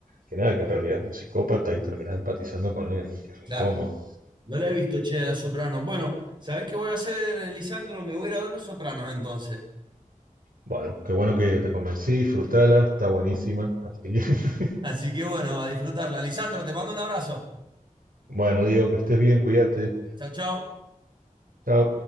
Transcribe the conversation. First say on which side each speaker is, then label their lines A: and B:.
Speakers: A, on the right; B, on the right.
A: que nada, que en realidad es un psicópata y terminás empatizando con él, y es re
B: claro.
A: incómodo.
B: No la he visto, che, a Los Sopranos. Bueno, ¿sabés qué voy a hacer, Lisandro? Me voy a ir a ver Los Sopranos entonces.
A: Bueno, qué bueno que te convencí, disfrutala, está buenísima. Así que, <laughs>
B: Así que bueno, a disfrutarla. Lisandro, te mando un abrazo.
A: bueno, Diego, que estés bien, cuídate.
B: Chau, chau.
A: Chao.